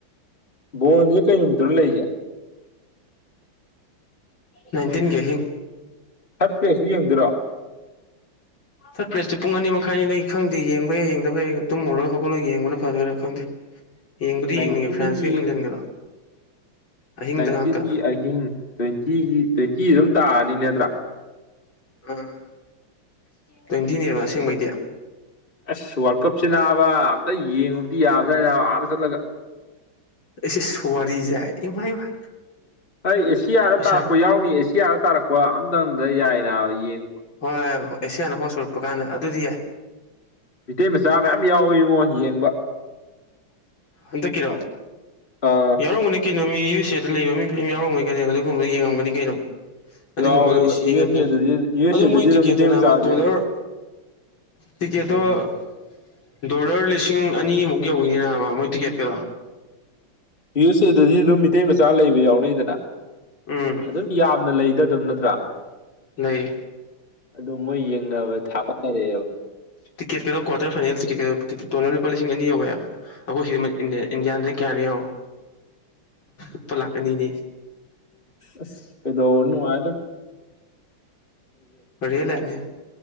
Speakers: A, on the left; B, on the left.
A: ꯕꯣꯟꯖꯦ ꯀꯩ ꯅꯨꯃꯤꯠꯇꯅꯣ ꯂꯩꯖꯦ
B: ꯅꯥꯏꯟꯇꯤꯟꯒꯤ ꯑꯥꯍꯤꯡ
A: ꯊꯥꯔꯠ ꯄꯂꯦꯁꯨ ꯌꯦꯡꯗꯣꯏꯔꯣ
B: ꯊꯥꯔꯠ ꯄꯂꯦꯁꯇꯤ ꯄꯨꯡ ꯑꯅꯤ ꯃꯥꯈꯏꯅꯤꯅ ꯈꯪꯗꯦ ꯌꯦꯡꯕ ꯌꯥꯏ ꯌꯦꯡꯗꯕ ꯌꯥꯏ ꯇꯨꯝꯃꯨꯔꯒ ꯍꯧꯠꯂꯒ ꯌꯦꯡꯕ ꯐꯗꯣꯏꯔꯥ ꯈꯪꯗꯦ
A: <inaudible>
B: ꯌꯦꯡꯕꯨꯗꯤ
A: ꯅꯥꯏꯟꯇꯤꯟꯒꯤ
B: ꯌꯦꯡꯅꯤꯡꯉꯦ ꯐ꯭ꯔꯥꯟꯁꯀꯥ ꯏꯪꯂꯦꯟꯒꯗꯣ ꯑꯍꯤꯡꯗ
A: ꯅꯥꯏꯟꯇꯤꯟꯒꯤ
B: ꯉꯥꯛꯇ
A: ꯑꯍꯤꯡ ꯇ꯭ꯋꯦꯟꯇꯤꯒꯤ ꯇ꯭ꯋꯦꯟꯇꯤ ꯑꯗꯨꯝ ꯇꯥꯔꯅꯤ ꯅꯠꯇ꯭ꯔꯥ
B: ꯎꯝ ꯇ꯭ꯋꯦꯟꯇꯤꯅꯦꯕ ꯑꯁꯦꯡꯕꯩꯗꯤ
A: ꯑꯁ ꯋꯥꯔꯜ ꯀꯞꯁꯤ ꯅꯥꯕ ꯑꯝꯇꯥ ꯌꯦꯡꯉꯨꯕꯗꯤ ꯌꯥꯕꯖꯠꯅꯤ ꯅꯥꯕ ꯑꯥꯗ ꯆꯠꯂꯒ
B: ꯏꯁ ꯏꯁ ꯋꯥꯔꯤꯖꯦ ꯏꯃꯥꯏꯃꯥ
A: ꯑꯩ ꯑꯦꯁꯤꯌꯥꯗ
B: ꯄꯩꯁꯥ
A: ꯇꯥꯔꯛꯄ ꯌꯥꯎꯅꯤꯌꯦ ꯑꯦꯁꯤꯌꯥꯗ ꯇꯥꯔꯛꯄ ꯑꯝꯇꯪꯗ ꯌꯥꯏ ꯅꯥꯕ ꯌꯦꯡꯕ
B: ꯍꯣꯏ ꯑꯦꯁꯤꯌꯥꯅ ꯍꯣꯁ ꯑꯣꯏꯔꯛꯄ ꯀꯥꯟꯗ ꯑꯗꯨꯗꯤ ꯌꯥꯏ
A: ꯃꯤꯇꯩ ꯃꯆꯥ ꯃꯌꯥꯝ ꯌꯥꯎꯏꯉꯣ ꯌꯦꯡꯕ
B: ꯍꯟꯗꯛꯀꯤꯔꯥ
A: ꯑꯥ
B: ꯌꯥꯎꯔꯝꯒꯅꯤ ꯀꯩꯅꯣ ꯃꯤ ꯌꯨ ꯑꯦꯁ ꯑꯦ ꯗꯥ ꯂꯩꯕ ꯃꯤ ꯃꯌꯥꯝ ꯌꯥꯎꯔꯝꯒꯅꯤ ꯀꯩꯅꯣ ꯑꯗꯨꯒꯨꯝꯕ ꯌꯦꯡꯉꯝꯒꯥꯅꯤ ꯀꯩꯅꯣ ꯑꯗꯨꯒꯨꯝꯕꯅ
A: ꯌꯥꯎꯋꯦꯕ
B: ꯏꯁ
A: ꯌꯨ
B: ꯌꯦꯡꯉꯝꯗꯣꯏꯅꯦ
A: ꯑꯦꯁ ꯑꯦꯗꯗꯤ ꯌꯨ ꯑꯦꯁ
B: ꯑꯗꯨ
A: ꯑꯦꯗꯗꯤ
B: ꯃꯣꯏ
A: ꯑꯗꯨꯝ
B: ꯇꯤꯛꯀꯦꯠꯇꯨ
A: ꯃꯤꯇꯩ
B: ꯅꯥꯕ
A: ꯃꯆꯥꯁꯦ
B: ꯗꯣꯂꯔ ꯇꯤꯀꯦꯠꯇꯣ
A: ꯎꯝ
B: ꯗꯣꯂꯔ ꯂꯤꯁꯤꯡ ꯑꯅꯤꯃꯨꯛ ꯌꯧꯋꯤꯅꯦ ꯅꯥꯕ ꯃꯣꯏ ꯇꯤꯛꯀꯦꯠꯀꯥꯗꯣ
A: ꯌꯨ ꯑꯦꯁ ꯑꯦ ꯗꯥꯗꯤ ꯑꯗꯨꯝ ꯃꯤꯇꯩ ꯃꯆꯥ ꯂꯩꯕ ꯌꯥꯎꯅꯩꯗꯅ
B: ꯎꯝ
A: ꯑꯗꯨꯝ ꯌꯥꯝꯅ ꯂꯩꯗ ꯑꯗꯨꯝ ꯅꯠꯇ꯭ꯔꯥ
B: ꯂꯩ
A: ꯑꯗꯨ ꯃꯣꯏ ꯌꯦꯡꯅꯕ ꯊꯥꯒꯠꯅꯔꯛꯑꯦꯕ
B: ꯇꯤꯀꯦꯠ ꯀꯥꯗꯣ ꯀ꯭ꯋꯥꯇꯔ ꯐꯥꯏꯅꯦꯜ ꯇꯤꯀꯦꯠ ꯗꯣꯂꯔ ꯂꯨꯄꯥ ꯂꯤꯁꯤꯡ ꯑꯅꯤ ꯌꯧꯋꯦ ꯍꯥꯏꯕ ꯑꯈꯣꯏ ꯁꯤꯗ ꯏꯟꯗꯤꯌꯥꯟꯗ ꯀꯌꯥꯅꯣ ꯌꯦꯡꯉꯣ ꯂꯨꯄꯥ ꯂꯥꯛꯈ ꯑꯅꯤꯅꯦ
A: ꯑꯁ ꯀꯩꯗꯧꯔ ꯅꯨꯉꯥꯏꯗꯣꯏꯅꯣ
B: ꯔꯤꯌꯦꯜ ꯂꯥꯏꯞꯅꯤ